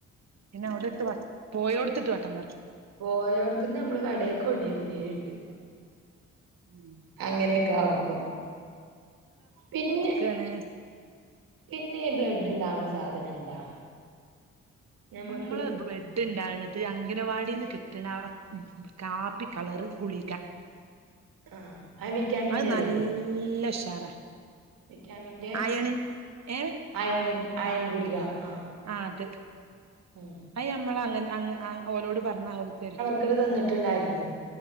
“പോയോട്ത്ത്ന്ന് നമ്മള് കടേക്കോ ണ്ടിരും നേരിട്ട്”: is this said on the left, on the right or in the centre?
Right